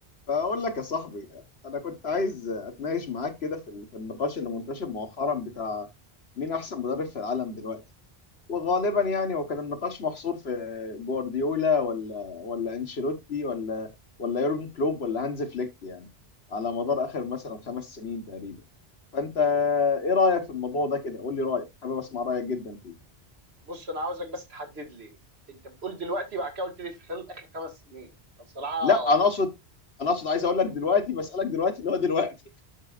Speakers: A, on the left; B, on the right.
A: فأقول لك يا صاحبي أنا كنت عايز أتناقش معاك كده في ال- في النقاش اللي منتشر مؤخرا بتاع مين أحسن مدرب في العالم دلوقتي وغالبا يعني وكان النقاش محصور في جوارديولا ولا ولا أنشيلوتي ولا ولا يورجن كلوب ولا هانز فليك يعني على مدار آخر مثلا خمس سنين تقريبا فأنت
B: مم.
A: إيه رأيك في الموضوع ده كده قول لي رأيك حابب أسمع رأيك جدا فيه
B: بص انا عاوزك بس تحدد لي انت بتقول دلوقتي بعد كده قلت لي في خلال اخر خمس سنين فبصراحه
A: لا أنا أقصد أنا أقصد عايز أقول لك دلوقتي بسألك دلوقتي اللي هو دلوقتي